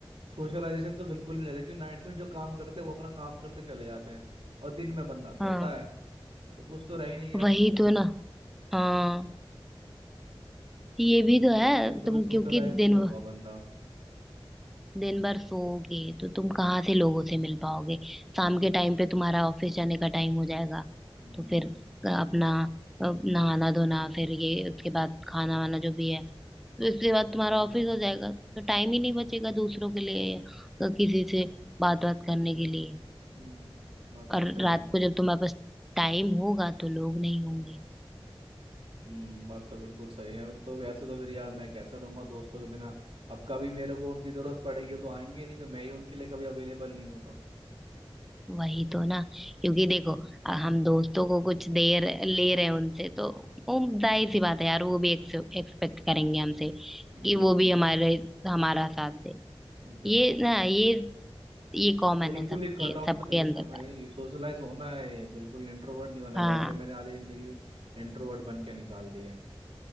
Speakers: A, on the right; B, in the centre.
A: सोशलाइजेशन तो बिल्कुल ही नहीं रहता क्योंकि नाइट्स में जो काम करते हैं वो अपना काम करते चले जाते हैं और दिन में बंदा सोता
B: हाँ
A: है तो कुछ तो रह ही नहीं गया
B: वही
A: फिर
B: तो ना हाँ ये
A: तो,
B: भी
A: तो,
B: तो
A: सो,
B: है
A: बिल्कुल
B: तुम
A: भी सोशलाइज
B: क्योंकि
A: नहीं
B: दिन
A: होगा बंदा
B: दिन भर सोओगे तो तुम कहाँ से लोगों से मिल पाओगे शाम के टाइम पे तुम्हारा ऑफिस जाने का टाइम हो जाएगा
A: हम्म
B: तो फिर अ, अपना
A: बात
B: अ, नहाना धोना फिर ये उसके बाद खाना वाना जो भी है तो इसके
A: बात
B: बाद
A: तो
B: तुम्हारा
A: सही
B: ऑफिस
A: है
B: हो जाएगा तो टाइम ही नहीं बचेगा दूसरों के लिए या किसी से बात बात करने के लिए
A: हम्म बात
B: और
A: तो सही
B: रात
A: है
B: को जब तुम्हारे पास टाइम होगा तो लोग नहीं होंगे
A: हम्म बात तो बिल्कुल सही है तो वैसे तो फिर यार मैं कैसे रहूंगा दोस्तों के बिना अब कभी मेरे को उनकी जरूरत पड़ेगी तो आएंगे ही नहीं कि मैं ही उनके लिए कभी अवेलेबल नहीं हूँ तो
B: वही तो ना क्योंकि देखो अ, हम दोस्तों को कुछ देर ले रहे हैं उनसे तो वो जाहिर सी बात है यार वो भी एक्सपेक्ट करेंगे हमसे
A: एग्जैक्टली
B: कि वो भी हमारे हमारा साथ दे
A: एग्जैक्टली
B: ये ना ये ये कॉमन
A: बिल्कुल
B: है सबके
A: ही कट ऑफ
B: सबके
A: तो नहीं
B: अंदर
A: सकते भाई
B: का
A: सोशलाइज होना है बिल्कुल इंट्रोवर्ट नहीं होना
B: हाँ
A: वैसे मैंने आधी जिंदगी में इंट्रोवर्ट बन के निकाल दी है